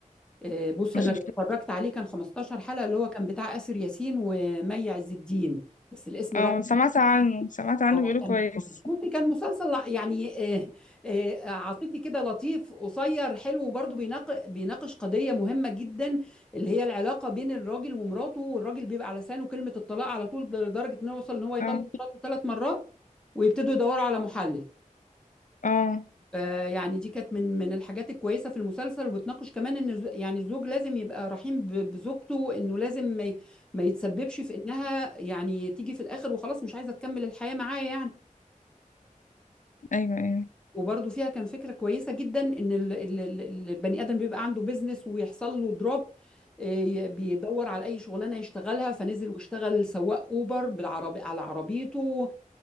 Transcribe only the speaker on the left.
مش
شفته
اه سمعت عنه سمعت عنه
بيقولوا
كويس
اه
اه
ايوه ايوه